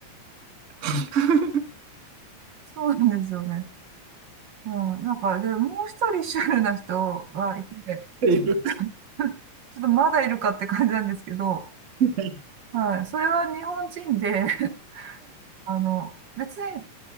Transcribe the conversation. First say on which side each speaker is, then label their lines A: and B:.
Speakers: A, on the right (about 70°); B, on the right (about 50°).
A: <laughs> っ
B: そうなんですよね。うん、なんか、で、もう一人シュールな人がいて、
A: ていう。
B: <laughs> ちょっとまだいるかって感じなんですけど、
A: はい。
B: はい、それは日本人で、<laughs> あの、別に